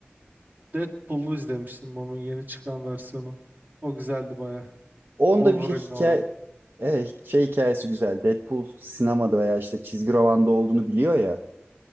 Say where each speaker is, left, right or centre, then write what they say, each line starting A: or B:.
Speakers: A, on the right (about 45°); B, on the right (about 60°).
A: Deadpool'u izlemiştim onun yeni çıkan versiyonu. O güzeldi bayağı.
B: Onda
A: Wolverine'le
B: bir şey hikaye
A: olan.
B: evet, şey hikayesi güzel Deadpool sinemada veya işte çizgi romanda olduğunu biliyor ya